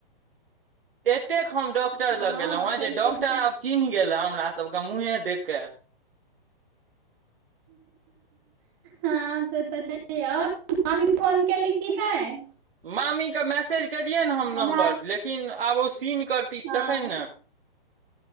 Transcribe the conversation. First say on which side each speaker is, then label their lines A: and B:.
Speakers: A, on the right (about 70°); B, on the right (about 20°).
A: आते हम डॉक्टर
B: हँ
A: लग गेलो हं
B: छैहे
A: जे डॉक्टर
B: की
A: आब चिन्ह गेले हमरा सब के मुंहे देख के
B: हँ से तऽ छै और मामी फोन केली कि नई
A: मामी के मैसेज क दियै ने हम
B: हमरा
A: नम्बर लेकिन आब ओ सीन करती
B: हँ
A: तखन ने